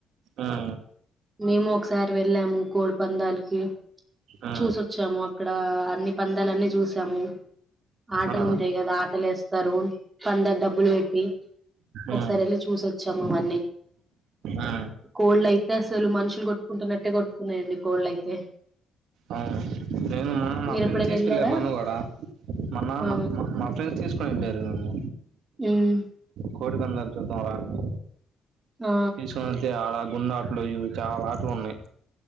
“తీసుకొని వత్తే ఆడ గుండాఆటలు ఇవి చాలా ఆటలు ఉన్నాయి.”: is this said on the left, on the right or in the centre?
Right